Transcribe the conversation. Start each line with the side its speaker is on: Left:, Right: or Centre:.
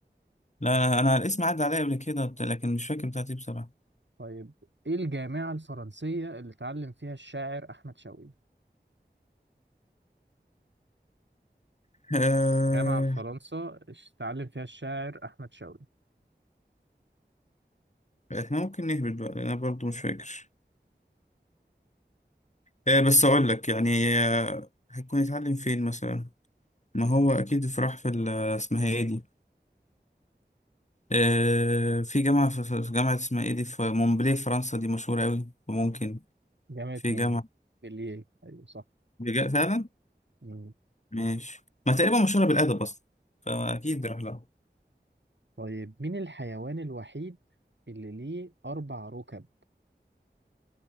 Left: لا انا أنا الاسم عدى عليا قبل كده بت- لكن مش فاكر بتاعتي بصراحة
Right: طيب ايه الجامعة الفرنسية اللي اتعلم فيها الشاعر أحمد شوقي؟
Left: <laughs> آه
Right: جامعة في فرنسا اش- اتعلم فيها الشاعر أحمد شوقي
Left: احنا ممكن نهبط بقى لأن انا برضو مش فاكر آه بس اقول لك يعني آه هيكون يتعلم فين مثلا ما هو اكيد في راح في ال- آه، اسمها ايه دي آه في جامعة في, في في جامعة اسمها ايه دي في مونبلي فرنسا دي مشهورة اوي وممكن
Right: جامعة
Left: في
Right: مونبellier
Left: جامعة
Right: أيوة صح
Left: بجا- فعلا
Right: مم.
Left: ماشي ما تقريبا مشهورة بالادب اصلا فاكيد راح لها
Right: طيب مين الحيوان الوحيد اللي ليه أربع ركب؟